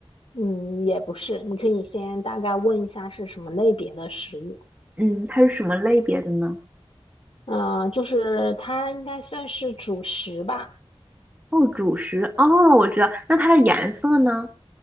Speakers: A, on the left; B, on the right.
A: 嗯，也不是，你可以先大概问一下是什么类别的食物。
B: 嗯，它是什么类别的呢？
A: 嗯、呃就是它应该算是主食吧。
B: 哦，主食。哦，我知道。那它的颜色呢？